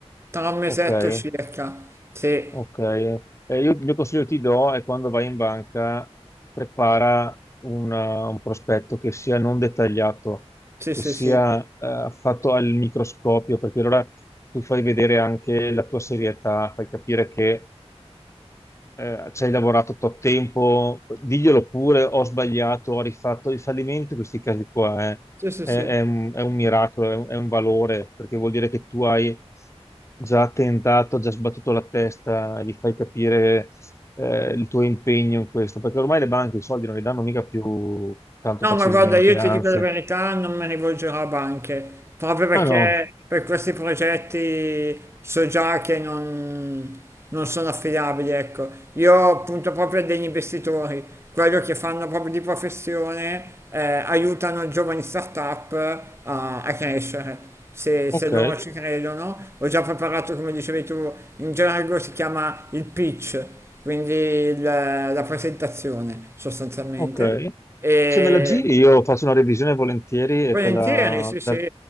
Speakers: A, on the right (about 25°); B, on the left (about 25°).
A: tra un mesetto
B: Ok.
A: circa, sì,
B: Ok, Eh, io il mio consiglio che ti do è quando vai in banca, prepara una- un prospetto che sia non dettagliato,
A: sì,
B: che
A: sì,
B: sia
A: sì,
B: eh, fatto al microscopio, perché allora tu fai vedere anche la tua serietà, fai capire che eh, ci hai lavorato tot tempo, diglielo pure, ho sbagliato, ho rifatto il fallimento, in questi casi qua è,
A: sì, sì,
B: è-
A: sì.
B: è un, è un miracolo, è un, è un valore, perché vuol dire che tu hai già tentato, già sbattuto la testa, e gli fai capire eh, il tuo impegno in questo, perché ormai le banche i soldi non li danno mica più tanto
A: No,
B: facilmente,
A: ma guarda, io ti
B: anzi,
A: dico la verità, non mi rivolgerò a banche, proprio perché
B: ah no,
A: per questi progetti so già che non, non sono affidabili, ecco. Io punto proprio a degli investitori, quello che fanno proprio di professione, eh, aiutano giovani startup a, a crescere. Se,
B: ok,
A: se loro ci credono, ho già preparato, come dicevi tu, in gergo si chiama il pitch, quindi il- la presentazione sostanzialmente.
B: Ok,
A: E
B: se me la giri io faccio una revisione volentieri
A: volentieri,
B: e te la...
A: sì, sì,
B: da-